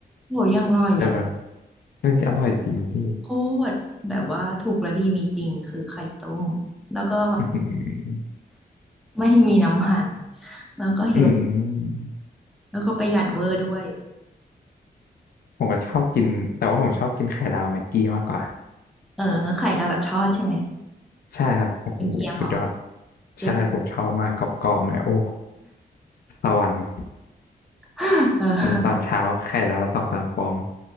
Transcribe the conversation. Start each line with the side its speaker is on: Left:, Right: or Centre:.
Centre: โหยังอร่อย
Left: แต่แบบเรื่องอร่อยจริงพี่
Centre: โคตรแบบว่าถูกและดีมีจริงคือไข่ต้มแล้วก็
Left: <laughs> อือหือ
Centre: ไม่มีน้ำมันแล้วก็เฮล
Left: อืม
Centre: แล้วก็ประหยัดเวอร์ด้วย
Left: ผมก็ชอบกินแต่ว่าผมชอบกินไข่ดาวแม็กกี้มากกว่า
Centre: เออไข่ดาวแบบทอดใช่ไหม
Left: ใช่ครับโอ้โหสุดยอด
Centre: เป็นเกียมเหรอเกี๊ยม
Left: ใช่ผมชอบมากกรอบๆหน่อยโอ้สวรรค์
Centre: <laughs> เออ
Left: กินตอนเช้าไข่ดาวสองสามฟอง